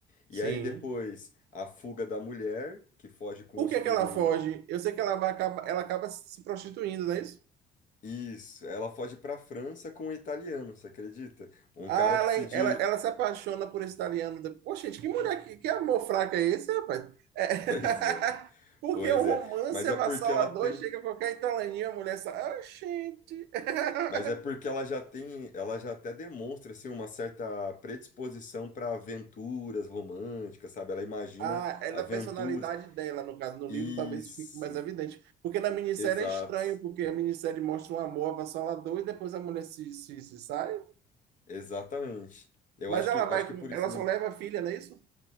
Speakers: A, on the left; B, on the right.
A: e
B: Sim.
A: aí depois a fuga da mulher que foge com
B: Por
A: os
B: que
A: filhos,
B: que ela foge? Eu sei que ela vai acaba, ela acaba se prostituindo, não é isso?
A: Isso, ela foge para a França com um italiano, você acredita? Um
B: Ah,
A: cara que
B: ela,
A: se
B: ela,
A: diz.
B: ela
A: <laughs>
B: se apaixona por esse italiano. Poxa, gente, que mulher, que, que amor fraco é esse, rapaz? É. <laughs>
A: Pois é,
B: Porque
A: pois
B: o romance
A: é. Mas
B: avassalador
A: é porque ela tem.
B: e chega a qualquer italianinho, a mulher sai. Ah, gente. <laughs>
A: Mas é porque ela já tem. Ela já até demonstra assim, uma certa predisposição para aventuras românticas, sabe? Ela imagina
B: Ah, é
A: aventuras.
B: da personalidade dela, no caso, no
A: Isso,
B: livro talvez isso fique mais evidente. Porque na minissérie
A: exato,
B: é estranho, porque a minissérie mostra um amor avassalador e depois a mulher se, se, se sai.
A: exatamente. Eu
B: Mas
A: acho
B: ela
A: que,
B: vai,
A: acho que
B: com-
A: por isso
B: ela
A: não-
B: só leva a filha, não é isso?